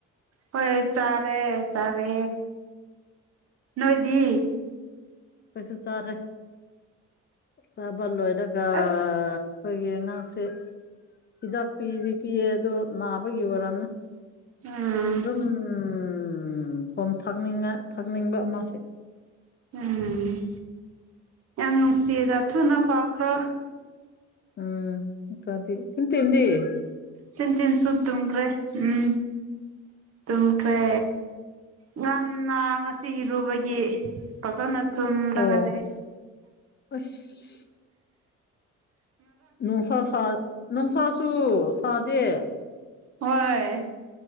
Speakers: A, on the right; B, on the left.
A: ꯍꯣꯏ ꯆꯥꯔꯦ -ꯆꯥꯔꯦ ꯅꯣꯏ ꯗꯤ
B: ꯈꯣꯏꯁꯦꯁꯨ ꯆꯥꯔꯦ ꯆꯥꯕ ꯂꯣꯏꯔꯒ
A: ꯑꯁ
B: ꯥ ꯑꯩꯈꯣꯏꯒꯤ ꯑꯉꯥꯡꯁꯦ ꯍꯤꯗꯥꯛ ꯄꯤꯗꯤ- ꯄꯤꯌꯦ ꯑꯗꯣ ꯅꯥꯕꯒꯤ ꯑꯣꯏꯔꯝꯅꯤ
A: ꯎꯝ
B: ꯗꯨꯝ ꯎꯪ ꯈꯣꯝ ꯊꯥꯛꯅꯤꯡꯉꯦ ꯊꯥꯛꯅꯤꯡꯕ ꯃꯥꯁꯦ
A: ꯎꯪ ꯌꯥꯝ ꯅꯨꯡꯁꯤꯌꯦꯗ ꯊꯨꯅꯥ ꯐꯥꯈ꯭ꯔꯣ
B: UNINTELLIGIBLE
A: ꯇꯤꯟꯇꯤꯟꯁꯨ ꯇꯨꯝꯈ꯭ꯔꯦ ꯎꯝ ꯇꯨꯝꯈ꯭ꯔꯦ ꯉꯟꯅꯥ ꯉꯁꯤ ꯏꯔꯨꯕꯒꯤ ꯐꯖꯅ ꯊꯨꯝꯗꯒ
B: ꯑꯣ
A: ꯂꯩꯌꯦ
B: ꯑꯁ ꯅꯣꯡꯁꯥ ꯁꯥ ꯅꯣꯡꯁꯥꯁꯨ ꯁꯥꯗꯦ
A: ꯍꯣꯏꯌꯦ